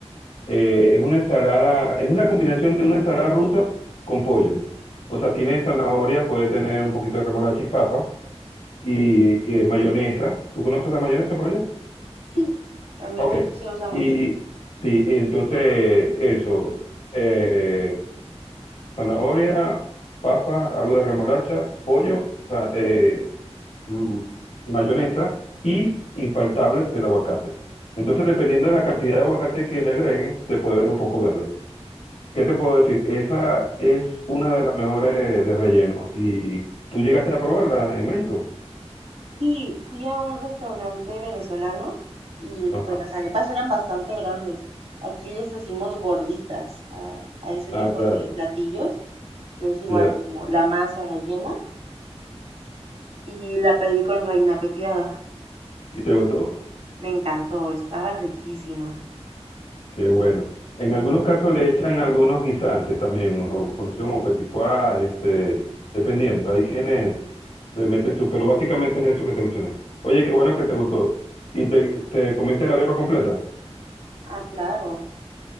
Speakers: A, on the left; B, on the right.
A: Eh, es una ensalada, es una combinación de una ensalada rusa con pollo. O sea, tiene zanahoria, puede tener un poquito de remolacha y papa. y, y de mayonesa. ¿Tú conoces la mayonesa por allá?
B: sí, también
A: Ok.
B: aquí se usa mucho.
A: Y sí, entonces eso, eh, zanahoria, papa, algo de remolacha, pollo, sa- eh, mm, mayonesa y infaltable el aguacate. Entonces, dependiendo de la cantidad de aguacate que le agreguen, se puede ver un poco verde. ¿Qué te puedo decir? Esa es una de las mejores de relleno. ¿Y tú llegaste a probarla en México?
B: Sí, fui a un restaurante venezolano y
A: Ajá.
B: pues las arepas eran bastante grandes. Aquí les decimos gorditas a, a ese
A: Ah,
B: tipo
A: claro.
B: de platillos, que es igual
A: Ya.
B: como la masa rellena. Y la pedí con reina pepiada.
A: Y te gustó.
B: Me encantó, estaba riquísima.
A: Qué bueno. En algunos casos le echan algunos guisantes también, o conocidos como petit pois, este, dependiendo. Hay quienes le meten su, pero básicamente es eso que te mencioné. Oye, qué bueno que te gustó. ¿Y te, te comiste la arepa completa?
B: Ah, claro.